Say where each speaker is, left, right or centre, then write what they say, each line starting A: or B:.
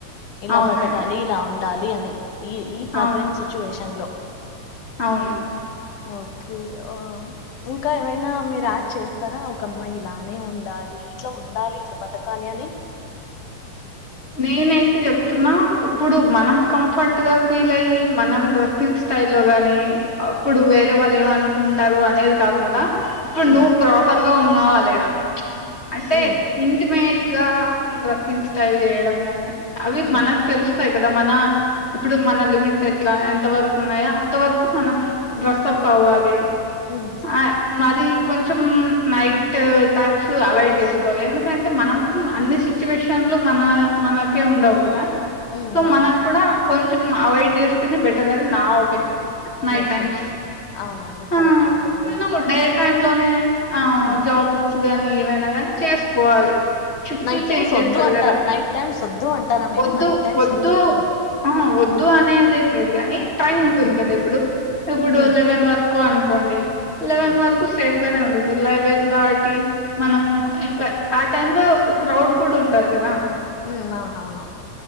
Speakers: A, on the left; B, on the left.
A: ఇలా
B: అవునండి
A: బ్రతకాలి ఇలా ఉన్. డాలి అని. ఈ ఈ ప్రజెంట్
B: అవును
A: సిచువేషన్ లో.
B: అవును.
A: ఓకే ఆహ్ ఇంకా ఏమైనా మీరు యాడ్ చేస్తారా. ఒక అమ్మాయి ఇలానే ఉండాలి. ఇట్లా ఉండాలి. ఇట్లా బ్రతకాలి అని.
B: నేనైతే చెప్తున్నా. ఇప్పుడు మనం కంఫర్ట్ గా ఫీల్ అయి మనం డ్రెస్సింగ్ స్టైల్ లో గాని అప్పుడు వేరే వాళ్ళు ఏమనుకుంటారు అనేది కాకుండా. ఇప్పుడు
A: ఉమ్
B: నువ్వు ప్రాపర్. లో ఉన్నావా లేదా. ప్చ్ అంటే
A: ఉమ్
B: ఇంటి మేడ్. ఆ డ్రెస్సింగ్ స్టైల్. చేయడం గాని. అవి
A: ఉమ్
B: మనకు తెలుస్తాయి కదా మన. ఇప్పుడు మన లిమిట్స్ ఎట్లా ఎంత వరకు ఉన్నాయో అంత వరకు మనం డ్రెస్అప్ అవ్వాలి.
A: ఉమ్
B: ఆహ్ మరి. కొంచెం నైట్ టైమ్స్ అవాయిడ్ చేసుకోవాలి. ఎందుకంటే మనం అన్ని సిచ్యువేషన్లో. మన మనకే ఉండవు కదా.
A: ఉమ్
B: సో
A: అవును
B: మనం కూడా కొంచ్ ఉమ్మ్ అవాయిడ్ చేస్తేనే బెటర్ అని నా ఓప్ నైట్
A: ఎస్
B: టైమ్స్
A: ఎస్ అవునా అండి
B: ఉహ్
A: కరెక్టే ఇదైతే
B: చిన్నగా ఉండే. టైమ్ లోనే. ఆహ్
A: ఉమ్
B: జాబ్స్ వచ్చు గాని ఏవైనా గానీ. చేసుకోవాలి. షిఫ్ట్లు
A: నైట్ టైమ్స్
B: చేంజ్
A: వద్దు
B: చేస్తారు
A: అంటారు.
B: కదా
A: నైట్ టైమ్స్ వద్దు అంటారా మీరు
B: వద్దు
A: నైట్ టైమ్స్
B: వద్దు
A: ఉమ్
B: ఆహ్ వద్దు అనేదేం లేదు కానీ టైం ఉంటుంది
A: ఉమ్
B: కదా ఇప్పుడు ఇప్పుడు
A: ఉమ్
B: లెవెన్ వరకు. ఎక్కువ అనుకోండి. లెవెన్
A: ఉమ్
B: వరకు సేఫ్. గానే ఉంటుంది లెవెన్ దాటి మనము ఇంకా ఆ టైం లో క్రౌడ్ కూడా ఉండరు కదా.
A: ఉ అవునవును